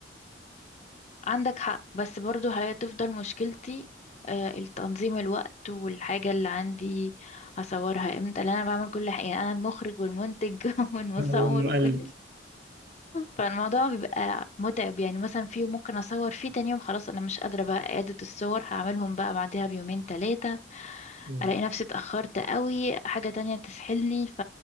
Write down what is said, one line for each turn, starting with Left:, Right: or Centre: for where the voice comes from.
Left: عندك حق بس برضو هتفضل مشكلتي آه، التنظيم الوقت والحاجة اللي عندي هصورها امتى لان انا بعمل كل حاجة يعني انا المخرج والمنتج <laughs> والمصور
Right: أو المقلد
Left: وكل شيء فالموضوع بيبقى متعب يعني مثلا في يوم ممكن اصور فيه تاني يوم خلاص انا مش قادرة بقى اعادة الصور هعملهم بقى بعدها بيومين تلاتة
Right: مم.
Left: الاقي نفسي اتأخرت قوي حاجة تانية تسحلني ف